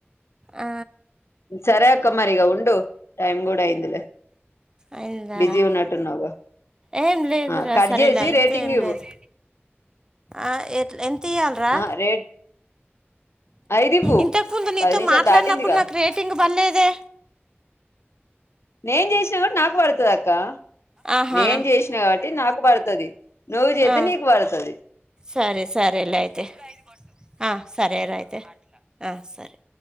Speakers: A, on the right; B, on the left.
A: ఆ
B: సరే క్క మరిగా ఉండు టైం కూడా అయిందిలే
A: అయిందారా
B: బిజీగ ఉన్నట్టున్నావుగా
A: ఏం లేదురా
B: ఆ కట్
A: సరేలే
B: చేసి
A: అయితే
B: రేటింగ్
A: ఎం
B: ఇవ్వు
A: లేదు ఆ ఎట్ ఎంత ఇయ్యాల్ రా
B: ఆ రేట్ ఐదు ఇవ్వు
A: ఇంతకు ముందు నీతో
B: పది నిమిషాలు
A: మాట్లాడినప్పుడు
B: దాటిందిగా
A: నాకు రేటింగ్ బర్లేదే
B: నేను చేసినా కాబట్టి నాకు పడ్తాదాక్క
A: ఆహా
B: నేను చేసిన కాబట్టి నాకు పడతది నువ్వు జేత్తే
A: ఆ,
B: నీకు పడతది
A: సరే సరే లే అయితే ఆ సరే ర అయితే అ సరే